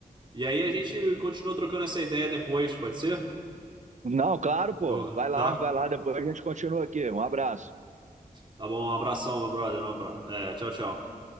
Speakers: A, on the right; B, on the right.
A: e aí a gente continua trocando essa ideia depois, pode ser?
B: Não, claro, pô.
A: Eu-
B: Vai lá,
A: tá?
B: vai lá. Depois a gente continua aqui. Um abraço.
A: Tá bom, um abração, meu brother, um abra- É, tchau, tchau.